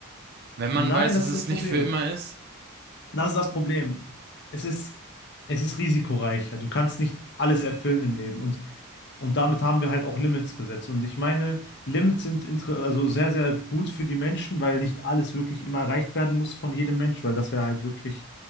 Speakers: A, on the right (about 50°); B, on the left (about 55°).
A: Wenn man
B: nein,
A: weiß,
B: das
A: dass es
B: ist das
A: nicht
B: Problem.
A: für immer ist?
B: Das ist das Problem. Es ist, es ist risikoreicher. Du kannst nicht alles erfüllen im Leben. Und, und damit haben wir halt auch Limits gesetzt. Und ich meine, Limits sind inter- also sehr, sehr gut für die Menschen, weil nicht alles wirklich immer erreicht werden muss von jedem Mensch, weil das wäre halt wirklich